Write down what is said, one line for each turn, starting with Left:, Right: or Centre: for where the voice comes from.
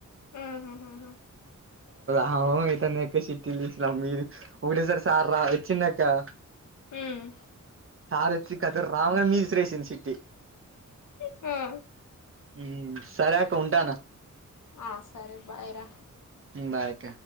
Left: ఆహాహాహా
Right: హా మీతో నాక్ ఇందాక చిట్టిల్ తీసిన మీరు ఒకటే సార్ రా వచ్చిండాక్ కా
Left: హ్మ్
Right: సారోచ్చి ఖాతం రావ మీద ఇసిరేసింది షిట్టి
Left: హా
Right: ఉ సరే అక్క ఉంటానా
Left: ఆ సరే బాయ్ రా
Right: హు బాయ్ అక్క